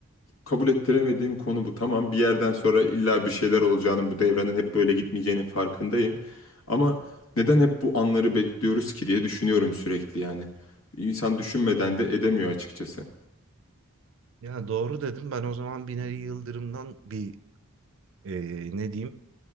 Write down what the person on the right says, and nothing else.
Ya doğru dedim. Ben o zaman Binali Yıldırım'dan bir e, ne diyeyim